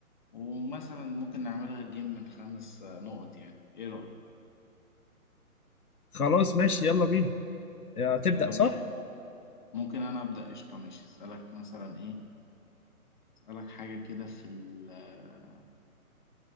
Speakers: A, on the left (about 30°); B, on the left (about 75°).
A: ومثلا ممكن نعملها جيم من خمس آه، نقط يعني ايه رأيك
B: خلاص ماشي يلا بينا آه، تبدأ
A: يلا
B: صح
A: بينا ممكن انا ابدأ قشطة ماشي اسألك مثلا ايه اسألك حاجة كده في ال آه،